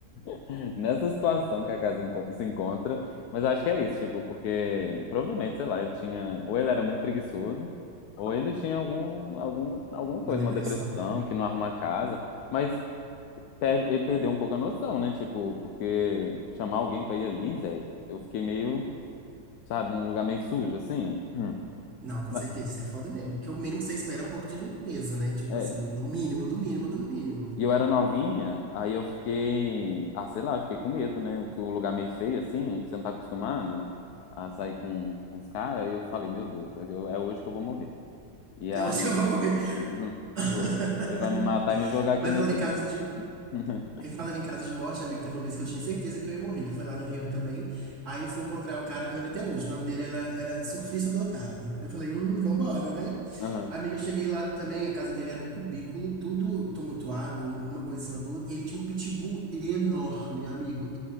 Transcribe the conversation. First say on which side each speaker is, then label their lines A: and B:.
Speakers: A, on the left; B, on the right.
A: <laughs> Nessa situação que a casa enco- se encontra. Mas eu acho que é isso, tipo, porque provavelmente, sei lá, ele tinha. Ou ele era muito preguiçoso, ou ele tinha algum, algum, alguma
B: uma
A: coisa,
B: depressão,
A: uma depressão,
B: né?
A: que não arruma a casa. Mas per- ele perdeu um pouco a noção, né? Tipo, porque chamar alguém pra ir ali, velho, eu fiquei meio, sabe, um lugar meio sujo, assim. Hum.
B: Não, com
A: Ma-
B: certeza, isso é foda mesmo, porque o mínimo que você espera é um pouco de limpeza, né? Tipo
A: É.
B: assim, no mínimo, do mínimo, do mínimo.
A: E eu era novinha, aí eu fiquei, ah, sei lá, eu fiquei com medo, né? Que o lugar meio feio, assim, você não tá acostumado a sair com, com os caras, aí eu falei, meu Deus, é que eu- é hoje que eu vou morrer. E
B: É
A: aí,
B: onde eu vou morrer.
A: uhum,
B: <laughs>
A: juro, ele vai me matar e me jogar aqui
B: Mas
A: nesse
B: falando em
A: lixo.
B: caso de.
A: <laughs>
B: E falando em casos de morte, amigo, teve uma vez que eu tinha certeza que eu ia morrer, que foi lá no Rio também. Aí eu fui encontrar o cara que eu lembro até hoje, o nome dele era, era Surfista Dotado. Eu falei, hum, vambora, né?
A: Uhum.
B: Amiga, eu cheguei lá também, a casa dele era um cubículo, tudo tumultuado, um- uma coisa em cima do outro, e ele tinha um pitbull enorme, amigo,